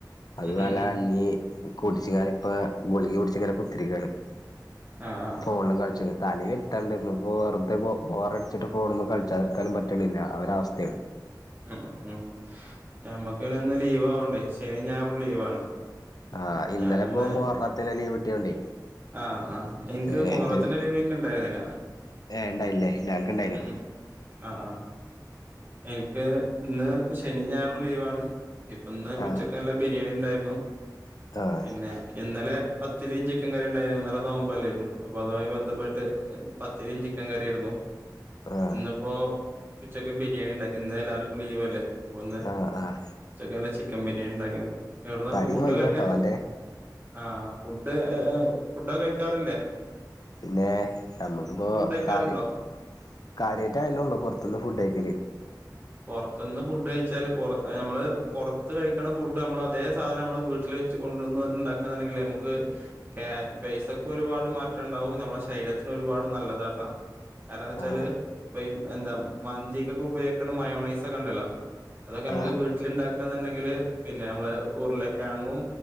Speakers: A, on the left; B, on the right.
A: അത്
B: ഉം
A: നല്ല
B: ഉം ഉം
A: കഞ്ഞി കുടിച്ച്ങ്ങാണ്ട് ഇപ്പ ഗുളിക കുടിച്ചിങ്ങനെ കുത്തിരിക്കാണ്
B: ആഹ് ആഹ്
A: ഫോണിലും കളിച്ച് തലെ വെര്ത്തവ്ണ്ടർ ന്നു ഇന്നപ്പോ വെറുതെ ബോറടിച്ചിട്ട് ഫോണ് മ്മേ കളിച്ചാതിരിക്കാനും പറ്റ്ണില്ല ആ ഒരവസ്ഥയാണ്
B: ഉം ഉം ഞമ്മക്ക് പിന്നെ ഒന്ന് ലീവ് ആവണ്ടേ, ശനി ഞായറും ലീവാണ്.
A: ആഹ്
B: അപ്പൊ
A: ഇന്നലപ്പോ
B: ഞാനൊന്ന്
A: മുഹറത്തിലെ ലീവ് കിട്ടിയോണ്ടേ
B: ആഹ് ആഹ് ഇൻക്ക്
A: ഏഹ്
B: മുഹറത്തിന്റെ
A: ഇപ്പൊരു
B: ലീവ് ഇൻക്ക് ഇണ്ടായിരുന്നില്ല
A: ഏഹ് ഇണ്ടായില്ലേ ഞങ്ങക്കിണ്ടായിനു
B: ഉം ഉം ആഹ് ആഹ് ഇക്ക് ഇന്ന് ശനി ഞായറു ലീവാണ് ഇപ്പന്ന് ഉച്ചക്ക്
A: ആഹ്
B: നല്ല ബിരിയാണിണ്ടാ ണു
A: ആഹ്
B: പിന്നെ ഇന്നലെ പത്തിരയും ചിക്കൻ കറി ഇണ്ടായിരുന്നു ഇന്നലെ നോമ്പല്ലായിരുന്നു അപ്പൊ അതുമായി ബന്ധപ്പെട്ട് പത്തിരിയും ചിക്കൻ കറിയും ആയിരുന്നു
A: ആഹ്
B: ഇന്നിപ്പോ ഉച്ചക്ക് ബിരിയാണിണ്ടാക്കി ഇന്ന് എല്ലാർക്കും ലീവല്ലേ. അപ്പൊന്ന്
A: ആഹ് ആഹ്
B: ഉച്ചക്കല്ല ചിക്കൻ ബിരിയാണി ഉണ്ടാക്കിണ്. എവിടുന്ന
A: തടീന്ന്
B: ഫുഡൊക്കെ
A: പോയിക്കോട്ടോ
B: കഴിക്കാൻ
A: അന്റെ
B: ആഹ് ഫുഡ് എ-എ ഫുഡൊക്കെ കഴി ക്കാറില്ലേ?
A: പിന്നേയ് നമ്മക്കിപ്പോ
B: കഴിക്കാറുണ്ടോ
A: കാരി കാര്യായിട്ടതന്നെള്ളൂ പൊറത്ത്ന്ന് ഫുഡ് കയിക്കല്
B: പൊറത്ത്ന്ന് ഫുഡയിച്ച് ച്ചാല് പൊറ അമ്മള് പൊറത്ത് കഴിക്കണ ഫുഡ് അമ്മള് അതേ സാധനമ്മള് വീട്ടിലെച്ച് കൊണ്ട്ന്നൻണ്ടാക്കാന്നാണങ്കിൽ ലെമ്മക്ക് ഏഹ് പൈസക്കൊരുപാട് മാറ്റണ്ടാവും നമ്മളെ ശരീരത്തിനൊരുപാട് നല്ലതാട്ടോ. കാരണന്ന്ച്ചാല്
A: ആഹ്
B: ഇപ്പയി എന്താ മന്തി ക്കൊക്കെ ഉപയോഗിക്കണ മയോണൈസൊക്കെണ്ടല്ലോ അതൊക്കെ നമക്ക്
A: ആഹ്
B: വീട്ടില്ണ്ടാക്ക ക്കാന്ന്ണ്ടെങ്കില് പിന്നെ നമ്മള് ഉർലക്കിഴങ്ങും